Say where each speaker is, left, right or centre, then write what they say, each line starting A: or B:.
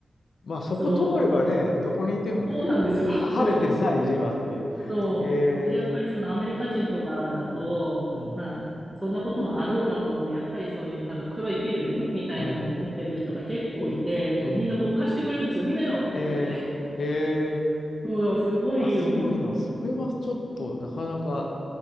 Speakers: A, on the left; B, on the right.
A: まあそこ通ればね、
B: そ
A: どこにいてもね、
B: う、そうなんですよ。<laughs>
A: 晴れてるさえいればっていう。
B: そう。そう。
A: へえ、
B: でやっぱりそのアメリカ人とかだと、
A: うん、うん、
B: まあ、そんなこともあろうかと、やっぱりそういうなんか黒いフィルムみたいなのを持ってる人が結構いて、
A: うん、うん。
B: で、みんなこう貸してくれるんですよ。見なよとか言って。
A: へえ、へえ、
B: そう、だからすごい思い出です。
A: あ、すごいな。それはちょっとなかなか